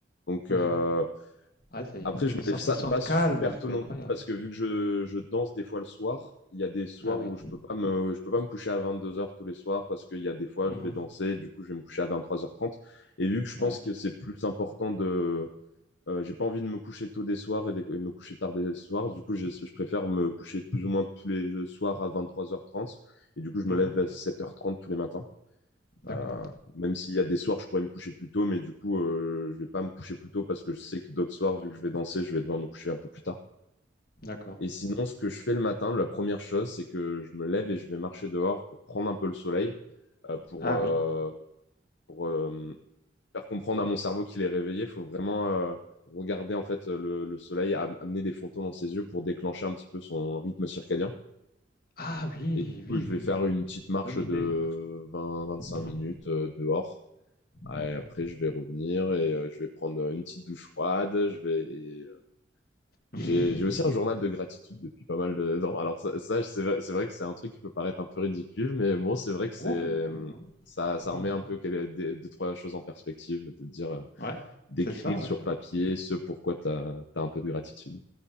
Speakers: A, on the left; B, on the left.
A: Donc, euh,
B: Mhm. Ah, c'est
A: après, je
B: une
A: me
B: sensation
A: lève ça, pas
B: de calme,
A: super tôt
B: c'est
A: non
B: incroyable.
A: plus parce que vu que je, je danse des fois le soir, il y a des soirs
B: Ah oui.
A: où je peux pas me, je peux pas me coucher à 22h tous les soirs parce qu'il y a des fois,
B: Mhm.
A: je vais danser, du coup, je vais me coucher à 23h30. Et vu que je
B: Ouais.
A: pense que c'est plus important de euh, j'ai pas envie de me coucher tôt des soirs et, des- et me coucher tard des soirs. Du coup, j'ai- je préfère me coucher plus ou moins tous les euh, soirs à 23h30. Et du coup, je me
B: Mhm.
A: lève à 7h30 tous les matins.
B: D'accord.
A: Euh, même s'il y a des soirs, je pourrais me coucher plus tôt, mais du coup, euh, je vais pas me coucher plus tôt parce que je sais que d'autres soirs, vu que je vais danser, je vais devoir me coucher un peu plus tard.
B: D'accord.
A: Et sinon, ce que je fais le matin, la première chose, c'est que je me lève et je vais marcher dehors pour prendre un peu le soleil, euh, pour,
B: Ah
A: euh,
B: oui.
A: pour, euh, faire comprendre à mon cerveau qu'il est réveillé, il faut vraiment euh, regarder en fait le, le soleil am- amener des photons dans ses yeux pour déclencher un petit peu son rythme circadien.
B: Ah oui,
A: Et du coup,
B: oui,
A: je vais
B: oui,
A: faire
B: oui, oui,
A: une
B: oui.
A: petite marche
B: Bonne idée.
A: de 20-25
B: Mhm.
A: minutes euh, dehors. Ah,
B: Mhm.
A: Et après, je vais revenir et euh, je vais prendre une petite douche froide. Je vais. et, euh,
B: <laughs>
A: J'ai j'ai aussi un journal de gratitude depuis pas mal de <laughs> temps. Alors ça, ça c'est vrai c'est vrai que c'est un truc qui peut paraître un peu ridicule, mais bon, c'est vrai que c'est
B: Non, pas du tout.
A: ça ça
B: Non,
A: remet
B: non.
A: un peu quel- des- deux trois choses en perspective de te dire. euh,
B: Ouais,
A: d'écrire
B: c'est ça,
A: sur
B: oui.
A: papier ce pourquoi tu as, un peu de gratitude.